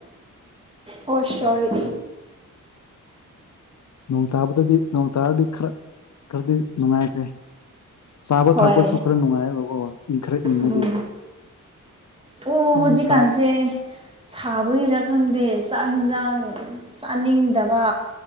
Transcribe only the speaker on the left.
ꯅꯣꯡ ꯇꯥꯕꯗꯗꯤ ꯅꯣꯡ ꯇꯥꯔꯗꯤ ꯈꯔ ꯈꯔꯗꯤ ꯅꯨꯡꯉꯥꯏꯈ꯭ꯔꯦ ꯆꯥꯕ
ꯊꯛꯄꯁꯨ ꯈꯔ ꯅꯨꯡꯉꯥꯏꯕꯀꯣ ꯏ ꯈꯔ ꯏꯪꯉꯗꯤ
ꯌꯥꯝ
ꯁꯥꯕ